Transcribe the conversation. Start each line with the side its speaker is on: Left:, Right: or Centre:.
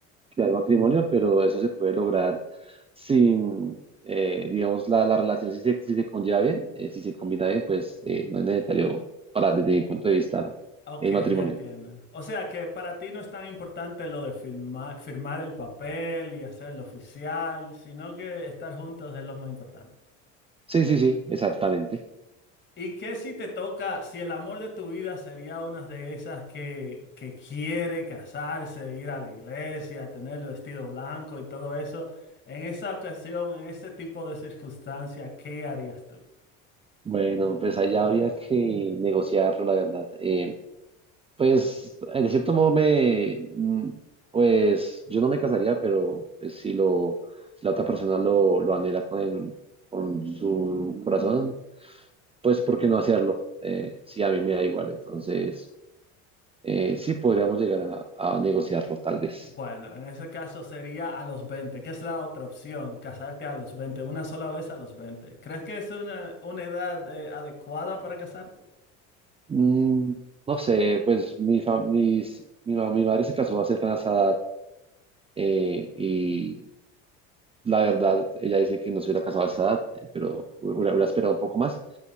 Right: crear matrimonio, pero eso se puede lograr sin, eh, digamos, la, la relación, si se, si se conlleva bien, eh, si se combina bien, pues eh, no es necesario, para, desde mi punto de vista,
Left: Ok,
Right: el matrimonio.
Left: ya entiendo. O sea que para ti no es tan importante lo de firmar, firmar el papel y hacerlo oficial, sino que estar juntos es lo más importante.
Right: Sí, sí, sí, exactamente.
Left: ¿Y qué si te toca, si el amor de tu vida sería una de esas que, que quiere casarse, ir a la iglesia, tener el vestido blanco y todo eso? En esa ocasión, en ese tipo de circunstancia, ¿qué harías tú?
Right: Bueno, pues allá habría que negociarlo, la verdad. Eh, pues, eh, de cierto modo, me, mm, pues, yo no me casaría, pero pues, si lo, si la otra persona lo, lo anhela con, con su corazón, pues ¿por qué no hacerlo? Eh, sí, a mí me da igual, entonces eh, sí podríamos llegar a, a negociarlo tal vez.
Left: Bueno, en ese caso sería a los 20, que es la otra opción, casarte a los 20, una sola vez a los 20. ¿Crees que es una, una edad eh, adecuada para casarte?
Right: Mm, no sé, pues mi, fa- mis- mi, ma- mi madre se casó a cercana a esa edad eh, y la verdad, ella dice que no se hubiera casado a esa edad, eh, pero hubiera, hubiera esperado un poco más.